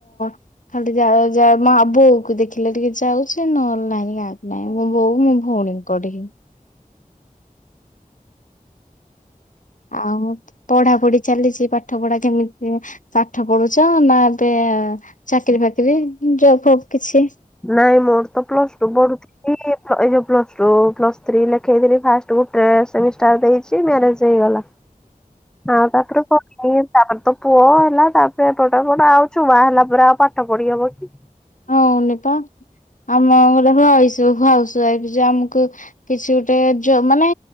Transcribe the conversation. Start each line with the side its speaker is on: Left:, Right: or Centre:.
Left: ଖାଲି ଯାହା ମା, ବୋଉ କୁ ଦେଖିଲେ ଟିକେ ଯାଉଛି, ନହେଲେ ନାହିଁ, କାହାକୁ ନାହିଁ, ମୋ ବୋଉ ମୋ ଭଉଣୀ ମୁୁଣି କ ହି <unintelligible> ଆଉ ପଢାପଢି ଚାଲିଛି, ପାଠ ପଢା କେମିତି, ପାଠ ପଢୁଛ ନା ଏବେ ଚାକିରିଫାକିରି ଜବ ଫବ କିଛି?
Centre: ନାଇଁ, ମୋର ତ ପ୍ଲସ ଟୁ ପଢ଼ୁଥିଲି ଏଇ ଯୋଉ ପ୍ଲସ ଥ୍ରୀ ଲେଖେଇ ଥିଲି, ଫାଷ୍ଟ ଗୋଟେ ସେମିଷ୍ଟାର ଦେଇଛି ମ୍ୟାରେଜ ହେଇଗଲା। ଆଁ ତାପରେ କଣ <unintelligible> ତ ପୁଅ ହେଲା, ତାପରେ ଏପଟେ ହେପଟ, ଆଉ ଛୁଆ ହେଲା ପରେ ଆଉ ପାଠ ପଢି ହବ କି?
Left: ହଉନି ପା ଆମ ଗୋଟେ ହଉଛୁ ହାଉସ୍ <unintelligible> ଆମକୁ କିଛି ଗୋଟେ ମାନେ